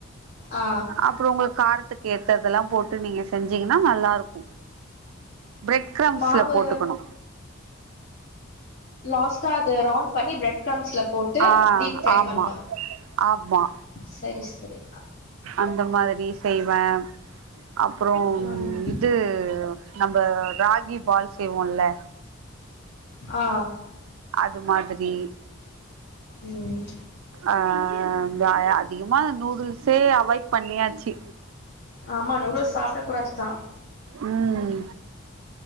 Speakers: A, on the left (about 55°); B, on the right (about 85°).
A: ஆ
B: அப்புறோ உங்களுக்கு காரத்துக்கு ஏத்ததெல்லா போட்டு நீங்க செஞ்சீங்கன்னா நல்லா இருக்கு பிரட் கிராம்ஸ்ல
A: மாவு
B: போட்டுக்கணு
A: லாஸ்டா அது ரவுண்ட பண்ணி பிரெட் கிராம்ஸ்ல போட்டு
B: ஆ
A: டீப் ஃப்ரை
B: ஆமா
A: பண்ணனு
B: ஆமா
A: செரி செரி
B: அந்த மாதிரி செய்வே அப்புறோ
A: ம்
B: இது நம்ம ராகி பால் செய்வோல
A: ஆ
B: அது மாதிரி
A: ம்
B: அஹ் து அதி இன்மா நூடுல்ஸே அவாய்ட் பண்ணியாச்சு
A: ஆமா வ்லொர்ஸ் சாப்பிட குறதுதான்
B: ம்